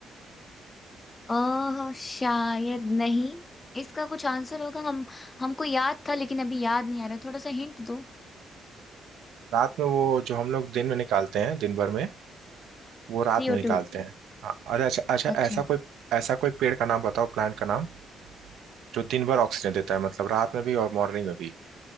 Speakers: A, on the left; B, on the right.
A: अ शायद नहीं इसका कुछ आंसर होगा हम हमको याद था लेकिन अभी याद नहीं आ रहा थोड़ा सा हिंट दो
B: रात में वो जो हम लोग दिन में निकालते हैं दिन भर में वो रात
A: सीओ
B: में निकालते
A: टू
B: हैं हाँ, अरे अच्छा अच्छा
A: अच्छा
B: ऐसा कोई ऐसा कोई पेड़ का नाम बताओ प्लांट का नाम जो दिन भर ऑक्सीजन देता है मतलब रात में भी और मॉर्निंग में भी